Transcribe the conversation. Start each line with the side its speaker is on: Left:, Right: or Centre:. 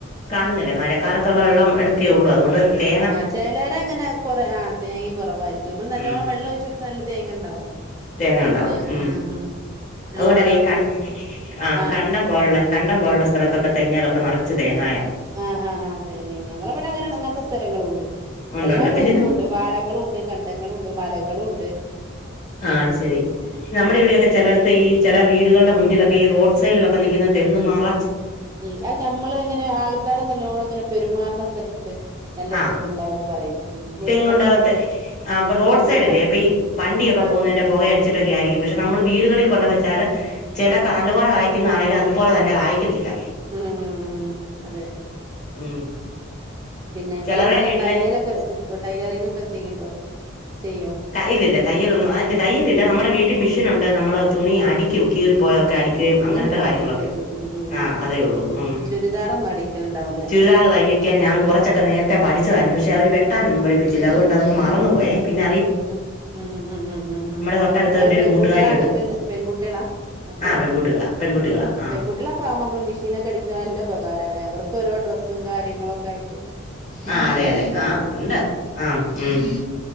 Left: കാണുന്നില്ലേ മഴക്കാലത്തുള്ള വെള്ളം എടുക്കെ ഉള്ളൂ അതുകൊണ്ട് തെ
Right: ആ ചെലരങ്ങനെ കൊറ ആ തേങ്ങിം കുറവായിരിക്കും നമ്മള് നല്ലോണം
Left: ഉം
Right: വെള്ളം ഒഴിച്ച് കൊടുത്താൽ നല്ല തേങ്ങ ഉണ്ടാവും.
Left: തേങ്ങ ഉണ്ടാവും
Right: തേ
Left: ഉം.
Right: ആഹ് ആഹ് വെള്ളം
Left: അതുകൊണ്ടല്ലേ
Right: വളൊക്കെ
Left: ഈ കണ്
Right: കൊടുക്കുമ്പോ
Left: ആ
Right: ആഹ്
Left: കണ്ടം പോലുള്ള കണ്ടം പോലുള്ള സ്ഥല ഇതൊക്കെ തെങ്ങേലൊക്കെ നറച്ച് തേങ്ങായാ..
Right: ആ ആ ആ തേങ്ങെ ഞങ്ങളവിടെ അങ്ങനെ അങ്ങനത്തെ സ്ഥലങ്ങളുണ്ട്.
Left: ഉണ്ടുണ്ട്
Right: എല്ലാ
Left: പിന്നെ
Right: ടൈപ്പും
Left: നമ്മ
Right: ഉണ്ട് പാടങ്ങളും ഉണ്ട്, കണ്ടങ്ങളുണ്ട്, മലകളും ഉ ണ്ട്.
Left: ആ അത് ശരി. നമ്മുടെ
Right: ഉം
Left: ഇവിടെയൊക്കെ ചെലടത്ത് ഈ ചെല വീടുകളുടെ മുന്നിലൊക്കെ ഈ റോഡ് സൈഡിലൊക്കെ നിക്കുന്ന തെങ്ങ് നറ
Right: ഉം അത നമ്മള് ഇങ്ങനെ ആൾക്കാര് നല്ലോണം ഇങ്ങനെ പെരുമാറുന്ന സ്ഥലത്ത് നല്ല
Left: ആ
Right: തെങ്ങ്ണ്ടാ ണ്ടന്ന് പറയും ഉം വീട്ടിലൊക്കെ
Left: തെങ്ങുണ്ട
Right: നമ്മൾ
Left: തെ ആ അപ്പൊ
Right: ഉം
Left: റോഡ്സൈഡല്ലേ,
Right: തെങ്ങിലൊക്കെ
Left: അപ്പൊ ഈ വണ്ടിയൊക്കെ
Right: ആഹ്
Left: പോവുന്നതിന്റെ പൊ കയടിച്ചിട്ടൊക്കെയായിരിക്കും പക്ഷെ നമ്മൾ വീടുകളിൽ കൊണ്ടു വെച്ചാല് ചില കാ നല്ലപോലെ കായിക്കുന്നതാണെങ്കിലും അതുപോലെ തന്നെ കായിക്കത്തില്ല.
Right: ഉം ഉം ഉം അതെ
Left: ഉം
Right: പിന്നെ ങ്ങള്
Left: ചിലരുടെ
Right: എന്താ
Left: വീട്ടിലെ
Right: തയ്യലൊക്കെ ചെ ടൈലറിങ്ങ് ഒക്കെ ചെയ്യ്ണ്ടോ ചെയ്യ
Left: തയ്യലില്ല തയ്യലൊന്നും അ തയ്യലില്ല നമ്മുടെ വീട്ടിൽ മിഷ ത്തിനുണ്ട് നമ്മള് തുണി അടിക്കും കീറിപ്പോയതൊക്കെ അടി ക്കിയും അങ്ങനത്തെ
Right: കീറി പോയതൊക്കെ
Left: കാര്യങ്ങളൊക്കെ
Right: അടിക്കലും ഉം ഉം
Left: ആ അതേ ഉള്ളൂ ഉം.
Right: ചുരിദാറൊന്നും അടിക്കലുണ്ടാവൂല
Left: ചുരിദാർ തയ്ക്കാൻ ഞാൻ കുറച്ചൊക്കെ നേരത്തെ പഠിച്ചതായിരുന്നു പക്ഷെ, അവ ട്ടാനൊന്നും പഠിപ്പിച്ചില്ല അതുകൊണ്ട് അതങ്ങ് മറന്ന് പോയെ പിന്
Right: ഉംഉ ഉ ഉ ഉ ഉ ഉം
Left: തൊട്ടടുത്ത്
Right: ങ്ങള്
Left: എൻ്റെ
Right: പെൺകുട്ടികള
Left: ഒരു കൂട്ടുകാരിയുണ്ട്
Right: നിങ്ങള്ക്ക്ള്ള പെൺകുട്ടികളാ? മക്കള്
Left: ആ പെൺകുട്ടികളാ പെൺകുട്ടികളാ
Right: ഉം
Left: ആ
Right: പെൺകുട്ടികളൊക്കാവുംബൊ നമ്മള് മെഷീനൊക്കെ അടിക്കാ നല്ല ഉപകാരാല്ലേ അവ ഒരോ ഡ്രസ്സും കാര്യങ്ങളും ഒക്കെ ആയിട്ട്
Left: ആ
Right: ഉം
Left: അതെ
Right: അടിക്കാനോ
Left: അതെ ആ ഉണ്ട്
Right: ഉം
Left: ആ ഉം